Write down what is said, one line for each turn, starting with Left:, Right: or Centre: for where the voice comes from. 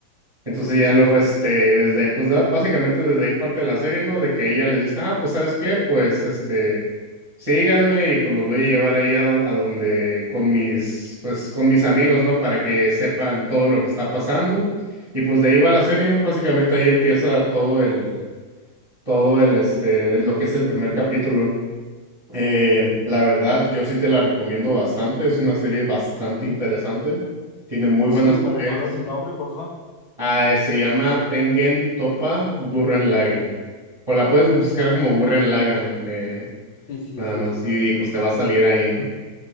Right: Entonces ya
Left: sí,
Right: luego,
Left: sí.
Right: este, desde ahí, pues da- básicamente desde ahí parte la serie, ¿no? De que ella les dice, ah, pues ¿sabes qué? Pues, este, síganme y pues los voy a llevar ahí a, a donde, con mis, pues con mis amigos, ¿no? Para que sepan todo lo que está pasando. Y pues de ahí va la serie, básicamente ahí empieza todo el, todo el, este, lo que es el primer capítulo. Eh, la verdad, yo sí te la recomiendo bastante, es una serie bastante
Left: Mm,
Right: interesante, tiene muy
Left: Sí,
Right: buenas peleas.
Left: ¿me recuerdas el nombre, porfa?
Right: Ah, eh, se llama Tengen Toppa Gurren Lagann. O la puedes buscar como Gurren Lagann, eh,
Left: Sí, sí,
Right: nada
Left: sí.
Right: más.
Left: sí.
Right: Y, y, pues te va a salir ahí, ¿no?